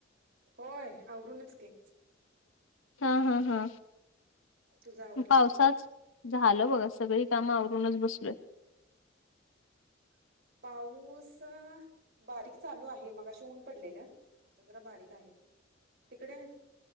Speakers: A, on the right; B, on the left.
A: होय आवरूनच की.
B: हा हा हा
A: तुझं आवरलं?
B: पावसाच झालं बगा सगळी कामं आवरूनच बसलोय.
A: पाऊस बारीक चालू आहे मगाशी ऊन पडलेलं. आता जरा बारीक आहे तिकडे.